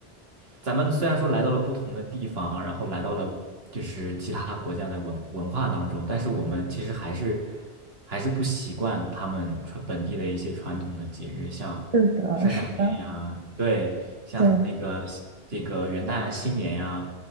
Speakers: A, on the right; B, on the right.
A: 咱们虽然说来到了不同的地方，然后来到了就是其他国家的文文化当中，但是我们其实还是还是不习惯他们传本地的一些传统的节日，像
B: 是的，
A: 圣诞节呀，
B: 是的，
A: 对，像那个这个元旦、
B: 对，
A: 新年呀，